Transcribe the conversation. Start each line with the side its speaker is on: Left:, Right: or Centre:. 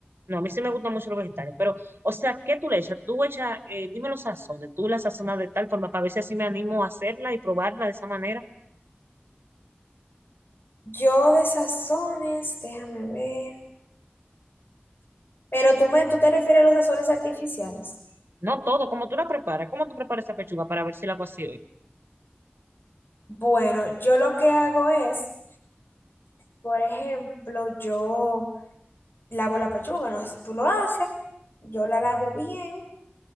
Right: No, a mí sí me gustan mucho los vegetales, pero, o sea, ¿qué tú le echas? Tú echas, eh, dime los sazones, tú la sazonas de tal forma para ver si así me animo a hacerla y probarla de esa manera.
Left: Yo de sazones, déjame ver. Pero tú, me, tú te refieres a los sazones artificiales.
Right: No todo, como tú la preparas, cómo tú preparas esa pechuga para ver si la hago así hoy.
Left: Bueno, yo lo que hago es, por ejemplo, yo lavo la pechuga, no sé si tú lo haces, yo la lavo bien,